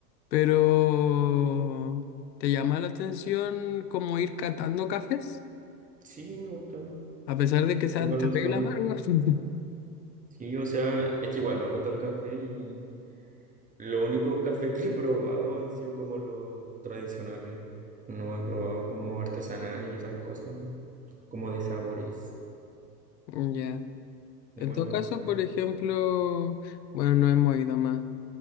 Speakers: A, on the left; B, on the right.
A: Pero, ¿te llama la atención como ir catando cafés?
B: Sí, me gusta.
A: A pesar de que sean
B: Igual
A: terrible
B: los sabores.
A: amargos. <laughs>
B: Sí, o sea, es que igual me gusta el café y los únicos cafés que he probado han sido como los tradicionales. No he probado como artesanales y esas cosas, como de sabores.
A: Ya.
B: Igual
A: En todo
B: me
A: caso,
B: gustaría
A: por ejemplo,
B: mucho.
A: bueno, no hemos ido más.